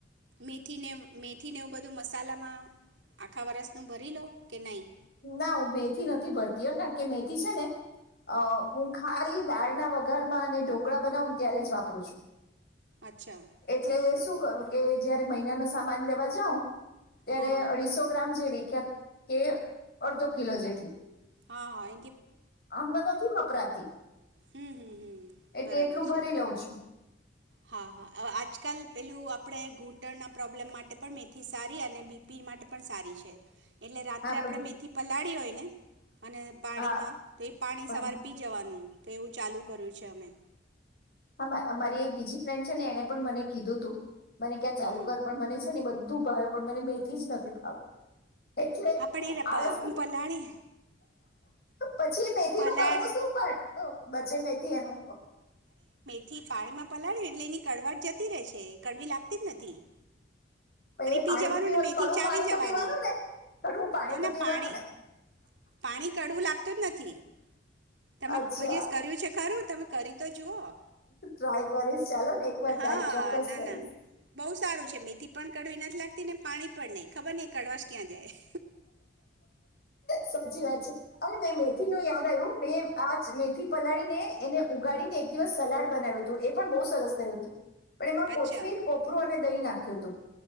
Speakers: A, on the right (about 80°); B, on the left (about 55°).
A: મેથીને મેથીને એવું બધું મસાલામાં આખા વરષનું ભરી લો કે નહીં?
B: ના હું મેથી નથી ભરતી એમ કારણ કે મેથી છે, ને અ હું ખાલી દાળના વઘારમાં અને ઢોકળા બનાવ ત્યારે જ વાપરું છું.
A: અચ્છા
B: એટલે
A: બરાબર
B: શું કરું કે જયારે મહિના માં સામાન દેવા જાઉં ત્યારે
A: હા
B: અઢીસો ગ્રામ જેવી કેત કે અડધો કિલો જેટલી.
A: હા હા
B: આમાં નથી વપરાતી
A: હમ્મ, હમ્મ, હમ્મ,
B: એટલે
A: બરાબર
B: એટલું ભરી
A: છે.
B: લઉં છું
A: હા, હા, આવ આજકાલ પેલું આપણેે ઘૂંટણના પ્રોબ્લેમ માટે પણ મેથી સારી અને બીપી માટે પણ સારી છે. એટલે રાત્રે
B: હા
A: આપણે
B: પણ
A: મેથી પલાળી હોય ને અને પાણીમાં
B: હા
A: તો એ પાણી
B: પણ
A: સવાર પી જવાનું. તો એવું ચાલુ કર્યું છે અમે.
B: હા માં એમારી એક બીજી ફ્રેન્ડ છે ને એને પણ મને કીધું તું મને ક્યાં ચાલુ
A: હમ
B: કર પણ મને છે ને બધ ખૂબ ભાયો પણ મને મેથી જ નથી ભાવતું. એટલે
A: હા પણ એ
B: આયસ્તુ
A: પ પલાળી
B: પછી એ મેથી
A: પલાળ
B: નું કરવું શું પણ બચે મેથી એનું.
A: થી પાણીમાં પલાળ્યું એટલે એની કડવાટ જતી રહે છે કડવી લાગતી જ નથી
B: પે એ
A: પી
B: પાણી
A: જવાનું
B: તો પીવા
A: ને મેથી
B: કડવુ
A: ચાવી
B: પાણી
A: જવાની
B: તો પીવાનું ને કડવું પાણી
A: ના
B: તો
A: ના
B: પીવાનું
A: પાણી
B: ને
A: પાણી કડવું લાગતું જ નથી તમે
B: અચ્છા
A: કોઈ દિવસ કર્યું છે ખરું તમે કરી તો જુઓ
B: ટ્રાય કરીશ ચાલો ને એક વાર ટ્રાય
A: હા
B: ચોક્કસ
A: ના
B: કરીશ.
A: ના બહુ સારું છે મેથી પણ કડવી નથી લાગતી ને પાણી પણ નહીં ખબર નઈ કડવાશ ક્યાં જાય.
B: સાચી વાત છે અરે મેં મેથી નું યાદ આવ્યું મેં આ મેથી પલાળીને એને ઉગાડીને એક દિવસ સલાડ બનાવ્યું હતું એ પણ બહુ સરસ થયું હતું. પણ એમાં
A: અચ્છા
B: કોથમીર કોપરું અને દય ના. તો.